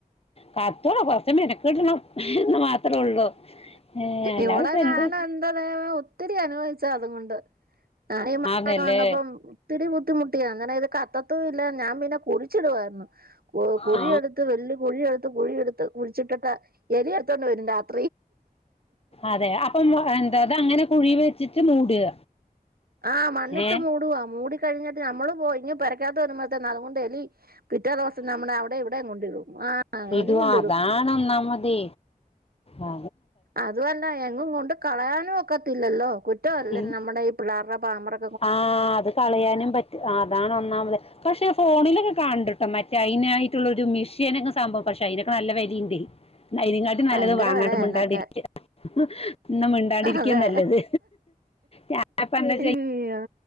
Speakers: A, on the left (about 40°); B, on the right (about 90°).
A: കാത്തോള കൊറച്ച മെനക്കിടണം എന്ന് മാത്രേ ഉള്ളൂ ഏ എല്ലാവരും
B: ഇവിടെ
A: ഇപ്പ എന്ത്
B: <unintelligible> ഒത്തിരി അനുഭവിച്ച അതും കൊണ്ട് ഞാന ഈ മഴക്കെ
A: ആന്നല്ലേ
B: വന്നപ്പം ഒത്തിരി ബുദ്ധിമുട്ടിയാണ് അങ്ങനെ ഇത് കത്തത്തും ഇല്ല ഞാൻ പിന്നെ കുഴിച്ചിടുവായിരുന്നു കുഴിയെടുത്ത്
A: ആ
B: വലിയ കുഴിയെടുത്ത് കുഴിയെടുത്ത് കുഴിച്ചിട്ടിട്ട് <unintelligible>
A: അതെ അപ്പം എന്താ അങ്ങനെ കുഴി വെച്ചിട്ട് മൂടുക
B: ആഹ് മണ്ണിട്ട്
A: ഏ
B: മൂടവാ മൂടി കഴിഞ്ഞിട്ട് നമ്മള് പോയി ഇനി പരക്കാത്ത വരുമ്പോഴത്ത തന്നെ അതുകൊണ്ട് എലി പിറ്റേ ദിവസം നമ്മുടെ അവിടെ ഇവിടെയും കൊണ്ട് ഇടും ആ എലി
A: ഇത്
B: കൊണ്ടിടും
A: അതാണ് ഒന്നാമത് അ
B: അത് അല്ല എങ്ങും കൊണ്ട് കളയാനും ഒക്കത്തില്ലല്ലോ കുറ്റം അല്ലേ
A: പിൻ
B: നമ്മുടെ ഈ പിള്ളേരുടെ പാമ്പറ
A: ആ അത് കളയാനും പറ്റുല അതാണ് ഒന്നാമത് പക്ഷെ ഫോണിലൊക്കെ കണ്ടുട്ടോ മറ്റേ അതിനായിട്ടുള്ളൊരു മിഷ്യനൊക്കെ സംഭവം പക്ഷെ അതിതൊക്കെ നല്ല വലയുണ്ട് അതിനങ്ങാട്ടി നല്ലത്
B: ഭയങ്കര
A: വാങ്ങാണ്ട
B: വിലയാ
A: മിണ്ടാണ്ടരിക്ക
B: അതിനൊക്കെ
A: ഇന്ന മിണ്ടാണ്ടിരിക്ക
B: അതെ
A: നല്ലത് ഞാനപ്പ എന്താ
B: അയ്യോ